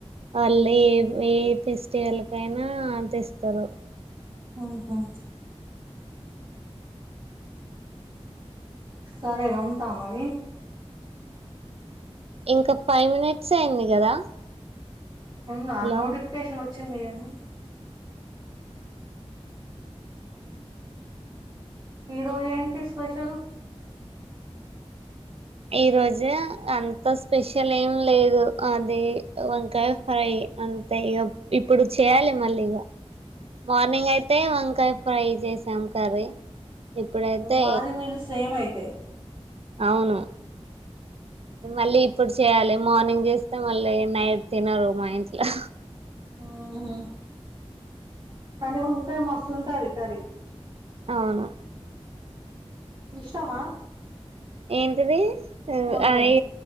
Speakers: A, on the right; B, on the right.
A: వాళ్ళు ఏ ఏ ఫెస్టివల్ కైనా అ తెస్తారు
B: ఓహో సరే ర ఉంటా మరి
A: ఇంకా ఫైవ్ మినిట్స్ అయింది కదా
B: ఉంద
A: హలో
B: నోటిఫికేషన్ వచ్చ వచ్చింది అండి ఈ రోజు ఏంటి స్పెషల్
A: ఈ రోజు అంత స్పెషల్ ఏం లేదు అది వంకాయ ఫ్రై అంతే ఇక ఇప్పుడు చేయాలి మళ్ళీ ఇక మార్నింగ్ అయితే వంకాయ ఫ్రై చేసాం కర్రీ ఇప్పుడైతే
B: మాది మీలు సేమ్ అయితే
A: అవును మళ్ళీ ఇప్పుడు చేయాలి మార్నింగ్ చేస్తే మళ్ళీ నైట్ తినరు మా ఇంట్లో
B: ఊహు కానీ వంకాయ మస్తు ఉంటాంది కార
A: అవును
B: ఇష్టమా
A: ఏంటిది
B: వంకాయ
A: అద